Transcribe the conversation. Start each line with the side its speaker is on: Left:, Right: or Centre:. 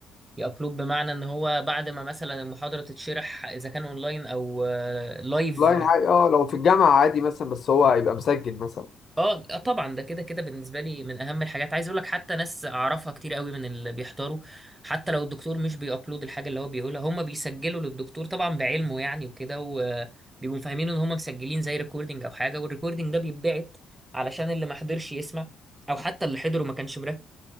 Right: يابلود بمعنى ان هو بعد ما مثلا المحاضره تتشرح اذا كان اونلاين او آه، لايف
Left: لاين حاجه اه لو في الجامعه عادي مثلا بس هو يبقى مسجل مثلا
Right: اه آه، طبعا ده كده كده بالنسبه لي من اهم الحاجات عايز اقول لك حتى ناس اعرفها كتير قوي من اللي بيحضروا حتى لو الدكتور مش بيابلود الحاجه اللي هو بيقولها هم بيسجلوا للدكتور طبعا بعلمه يعني وكده وبيبقوا فاهمين ان هم مسجلين زي ريكوردنج او حاجه والريكوردنج ده بيتبعت علشان اللي ما حضرش يسمع او حتى اللي حضره ما كانش مركز